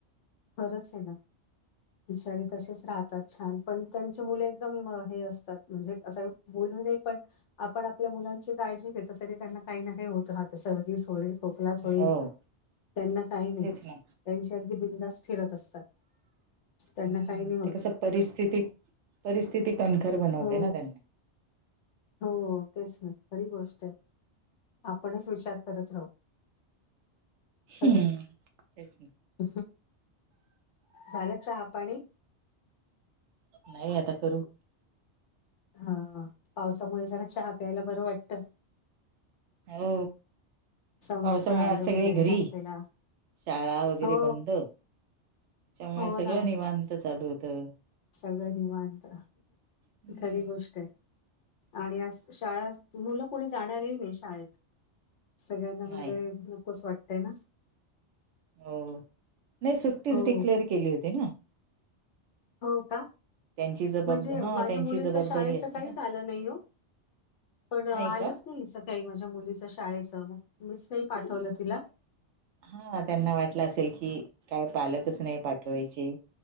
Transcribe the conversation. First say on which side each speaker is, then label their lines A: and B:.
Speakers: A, on the left (about 85°); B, on the right (about 85°).
A: खरंच आहे ना बिचारे तसेच राहतात छान पण त्यांचे मुले एकदम हे असतात. म्हणजे असं बोलू नये पण आपण आपल्या मुलांची काळजी घेतो तरी त्यांना काही ना काही होत राहतं सर्दीच होईल खोकलाच होईल
B: हो
A: त्यांना काही नाही
B: तेच ना
A: त्यांचे अगदी बिंदास फिरत असतात त्यांना
B: हम्म
A: काही नाही होत
B: ते कसं परिस्थिती परिस्थिती कणखर बनवते
A: हो,
B: ना त्यांना
A: हो तेच ना खरी गोष्ट आहे आपणच विचार करत राहू
B: हम्म
A: खरं
B: तेच ना
A: आहे. झालं चहा-पाणी?
B: नाही आता करू
A: हां पावसामुळे जरा चहा प्यायला बरं वाटतं
B: हो
A: समस्त
B: पावसामुळे
A: आलं
B: आज सगळे
A: वगैरे
B: घरी
A: घातलेला.
B: शाळा वगैरे
A: हो,
B: बंद त्याच्यामुळे
A: हो
B: सगळं
A: ना.
B: निवांत चालू होतं
A: सगळं निवांत
B: हम्म
A: खरी गोष्ट आहे आणि आ शाळा मुलं कोणी जाणारही नाही शाळेत सगळ्यांना म्हणजे
B: नाही
A: नको अस वाटतंय ना
B: हो नाही सुट्टीच
A: हो.
B: डिक्लेअर केली होती ना
A: हो का
B: त्यांची जबाबदारी
A: म्हणजे
B: हा
A: माझ्या
B: त्यांची
A: मुलीचं
B: जबाबदारी
A: शाळेचं
B: असते
A: काहीच
B: ना
A: आलं नाही हो पण आलंच
B: नाही का
A: नाही अस काही माझ्या मुलीच शाळेच मग मीच नाही पाठवलं तिला
B: हां त्यांना वाटलं असेल की काय पालकच नाही पाठवायचे